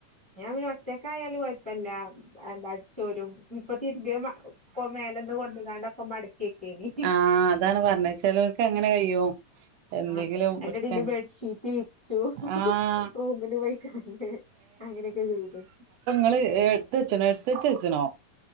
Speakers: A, in the centre; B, on the right (about 75°).
A: ഞാപിന്നൊറ്റക്ക്‌ <unintelligible> ആയാല് കൊയപ്പല്ല എന്താ അടിച്ചോരും ഇപ്പൊ തിരിമ്പേത് മ <unintelligible> മേലെന്ന് കൊട്ന്ന് ക്കാണ്ടൊക്കെ മടക്കെക്കേനി <unintelligible>
B: ആഹ് അതാണ് പറഞ്ഞത് ചെലോൽക്ക് അങ്ങനെ കഴിയും എന്തെങ്കിലും
A: ആഹ അയിന്റെടീൽ
B: എടുക്കാൻ
A: ബെഡ്ഷീറ്റ് വിര്ച്ചു <unintelligible>
B: ആഹ്
A: റൂമില് പോയിക്കാണ്ട് അങ്ങനെക്കെ ചെയ്തു.
B: ങ്ങൾ എട്ത്തച്ച്നോ ഹെഡ്സെറ്റ്ച്ച്ണോ